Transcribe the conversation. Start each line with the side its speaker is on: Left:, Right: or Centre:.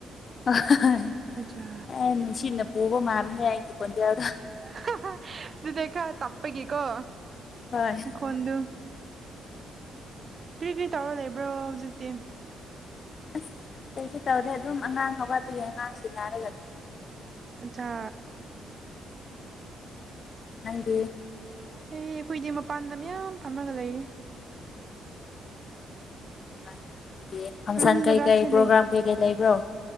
Left: <unintelligible>
Right: ꯑꯠꯆꯥ
Left: ꯑꯩ ꯅꯨꯡꯁꯤꯠꯅ ꯄꯨꯕ ꯃꯥꯜꯂꯤꯅꯦ ꯑꯩꯒꯤ ꯈꯣꯟꯖꯦꯜꯗ
Right: <unintelligible> ꯑꯗꯨꯗꯩ ꯈꯔ ꯇꯞꯄꯒꯤꯀꯣ
Left: ꯍꯣꯏ
Right: ꯍꯣꯟꯗꯨ ꯀ꯭ꯔꯤ ꯀ꯭ꯔꯤ ꯇꯧꯔ ꯂꯩꯕ꯭ꯔꯣ ꯍꯧꯖꯤꯛꯇꯤ
Left: ꯑꯁ ꯀꯩꯁꯨ ꯇꯧꯗꯦ ꯑꯗꯨꯝ ꯑꯉꯥꯡ ꯍꯧꯒꯠꯄꯒꯤ ꯑꯉꯥꯡ ꯁꯤꯅꯔꯒ
Right: ꯑꯠꯆꯥ
Left: ꯅꯪꯗꯤ
Right: ꯑꯩ ꯑꯩꯈꯣꯏꯗꯤ ꯃꯄꯥꯟꯗ ꯃꯌꯥꯝ ꯐꯝꯃꯒ ꯂꯩꯔꯤ
Left: <unintelligible> ꯀꯤ ꯐꯪꯁꯟ
Right: ꯔꯨꯝꯗꯒꯁꯦ
Left: ꯀꯩꯀꯩ
Right: ꯂꯩ
Left: ꯄ꯭ꯔꯣꯒ꯭ꯔꯥꯝ ꯀꯩꯀꯩ ꯂꯩꯕ꯭ꯔꯣ